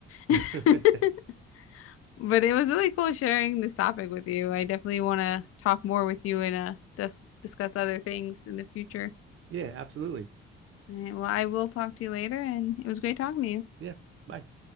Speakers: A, on the left; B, on the right.
A: it.
B: <laughs>
A: <laughs> But it was really cool sharing this topic with you. I definitely want to talk more with you and uh, dis discuss other things in the future.
B: Yeah, absolutely.
A: All right, well, I will talk to you later, and it was great talking to you.
B: Yeah. Bye.